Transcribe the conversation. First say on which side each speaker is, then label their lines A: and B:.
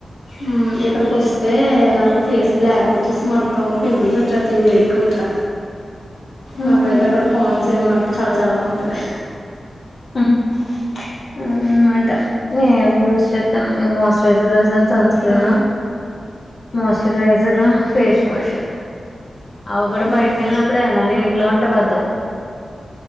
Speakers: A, on the left (about 85°); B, on the left (about 50°).
A: మ్ ఇక్కడికొస్తే నాకు ఫేస్ బ్లాక్ వచ్చేసి మొత్తం పింపుల్స్ వచ్చెత్తయ్ వేడేక్కువ ఇక్కడ నాకైతే
B: ఉహు
A: అక్కడ కాన్స్ ఏమి మాకు చాలా చల్ల గుంటది
B: అ హా ఉమ్ అంటా నేను యూస్ చేత్తన్న ఇది మొయిస్ట్రైజర్ రాసాన్ సన్ క్రినా
A: ఆ,
B: మొయిస్ట్రైజర్ ఫేస్ వాష్ అవి కూడ
A: ఉమ్.
B: బయటకి ఎళ్ళినప్పుడే మళ్ళీ ఇంట్లో ఉంటే బద్దకం